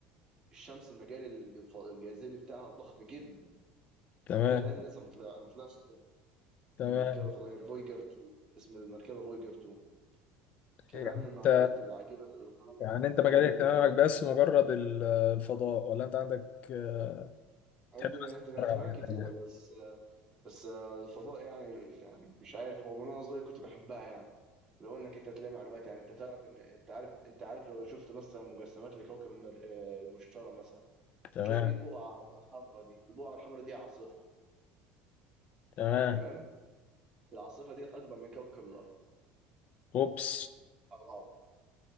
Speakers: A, on the right (about 20°); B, on the left (about 50°).
A: الشمس المجال الجاذبي بتاعها ضخم جدا
B: تمام
A: الى الان لسه مطلع مطلعش
B: تمام
A: بالمركبه الفضائيه الفويجر 2 اسم المركبه فويجر 2 كمان
B: إيه، يعني
A: من المعلومات
B: انت
A: العجيبه اللي القناه
B: يعني انت
A: جميله
B: مجال
A: جدا
B: اهتمامك
A: يعني
B: بس مجرد ال- الفضاء ولا انت عندك آه،
A: عندي
B: تحب
A: من
B: بس تتفرج
A: اهت- من اهتمامات
B: على حاجات
A: كتيره
B: تانية
A: بس بس آه، الفضاء يعني يعني مش عارف هو من وانا صغير كنت بحبها يعني لو انك انت تلاقي معلومات يعني انت تعرف ان انت عارف انت عارف لو شفت مثلا مجسمات لكوكب المر... آه، المشتري مثلا
B: تمام
A: بتلاقي فيه بقعه حمراء دي البقعه الحمراء دي عاصفه
B: تمام
A: تمام العاصفه ديت اكبر من كوكب الارض
B: اوبس
A: على بعض